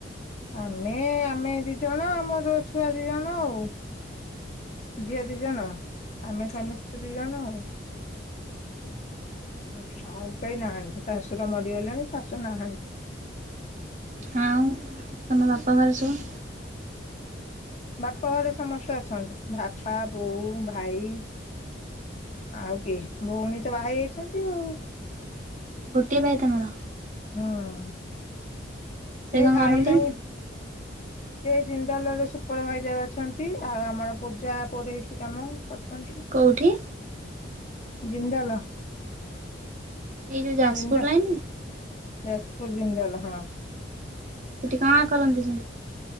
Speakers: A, on the left; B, on the right.
A: ଆମେ ଆମେ ଦି ଜଣ ଆମର ଛୁଆ ଦି ଜଣ ଆଉ। ଝିଅ ଦି ଜଣ ଆମେ ସ୍ୱାମୀ ସ୍ତ୍ରୀ ଦି ଜଣ ଆଉ। ଆଉ କେହି ନାହାନ୍ତି ଶଶୁର ମରିଗଲେଣି ଶାଶୁ ନାହାନ୍ତି।
B: ଆଉ ତମ ବାପା ଘରେ ସବୁ?
A: ବାପ ଘରେ ସମସ୍ତେ ଅଛନ୍ତି ବାପା ବୋଉ ଭାଇ ଆଉ କିଏ ଭଉଣୀ ତ ବାହା ହେଇଯାଇଛନ୍ତି ଆଉ।
B: ଗୋଟିଏ ଭାଇ ତମର?
A: ହଁ
B: ସେ
A: ସେଇ
B: କଣ
A: ଭାଇ
B: କରନ୍ତି?
A: ପାଇଁ
B: <unintelligible>
A: ସେ ଜିନ୍ଦଲ ରେ ସୁପରଭାଇଜର ଅଛନ୍ତି ଆଉ ଆମର ପୂଜା ପୁରହିତ କାମ କରୁଛନ୍ତି।
B: କୋଉଠି?
A: ଜିନ୍ଦଲ।
B: ଏଇ ଯୋଉ ଯାଜପୁର
A: ଜିନ୍ଦାଲ
B: ଲାଇନି?
A: ଯାଜପୁର ଜିନ୍ଦଲ ହଁ।
B: ସେଠି କଁ କରନ୍ତି <unintelligible>